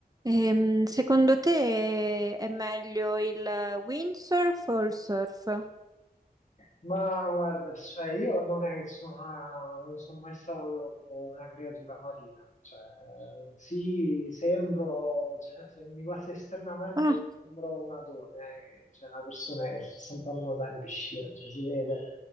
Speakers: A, on the right; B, on the left.
A: Ehm, secondo te è meglio il windsurf o il surf?
B: Ma guarda, cioè, io non è che sono, una- non sono mai stato troppo una creatura marina, cioè, eh, sì, sembro, cioè, se mi guardi esternamente,
A: Ah,
B: sembro un adone, eh, cioè una persona che sta sempre a nuotare in piscina, cioè, si vede,